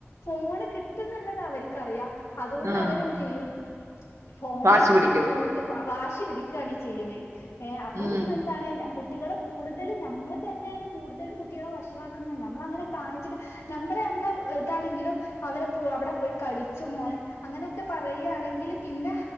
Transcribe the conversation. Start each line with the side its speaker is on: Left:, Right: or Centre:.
Left: ഫോണ് കിട്ടുന്നുള്ളത് അവർക്ക്റിയ അതുകൊണ്ട്
Right: ഉം
Left: അവരെന്ത്യ്യും? ഫോണെ
Right: വാശി പിടിക്കും
Left: നോക്കി വാശി പിടിക്കാണ് ചെയ്യണത് ഏ അപ്പം
Right: ഉം
Left: എന്താണ്? കുട്ടികളെ കൂടുതലും നമ്മള് തന്നെയാണ് കൂടുതലും കുട്ടികളെ വഷളാക്കണ നമ്മള ങ്ങനെ കാണിച്ചിട്ട നമ്മളെ നമ്മളെ ഇതാണെങ്കിലും അവരെ പോ അവിടെ പോയി കളിച്ചൊ മോനെ അങ്ങനെയൊക്കെ പറയാണെങ്കിൽ പിന്നെ